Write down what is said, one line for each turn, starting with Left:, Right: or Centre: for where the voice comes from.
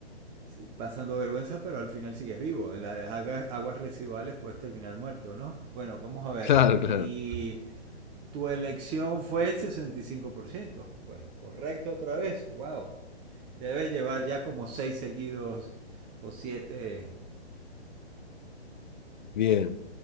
Right: sí, pasando vergüenza, pero al final sigues vivo. En las aguas, residuales puedes terminar muerto, ¿no? Bueno, vamos a ver.
Left: Claro, claro.
Right: Y tu elección fue el sesenta y cinco por ciento Pues correcto otra vez. Wow. Ya debes llevar ya como seis seguidos o siete
Left: Bien.